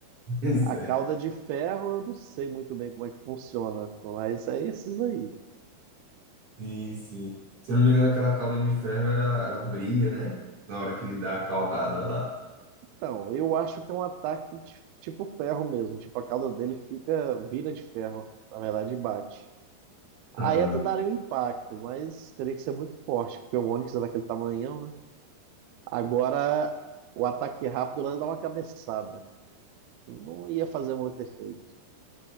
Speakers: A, on the right (about 50°); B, on the right (about 85°).
A: Pois
B: A
A: é.
B: cauda de ferro, eu não sei muito bem como é que funciona, mas é esses aí.
A: Sim, sim. Se eu não me engano, aquela calda de ferro, era, ela brilha, né? Na hora que ele dá a caudada lá.
B: Então, eu acho que é um ataque ti- tipo ferro mesmo, tipo a cauda dele fica, vira de ferro, na verdade bate.
A: Ah,
B: Aí até daria um impacto, mas teria que ser muito forte, porque o Onix é daquele tamanhão, né? Agora, o ataque rápido lá dá uma cabeçada. Não ia fazer muito efeito.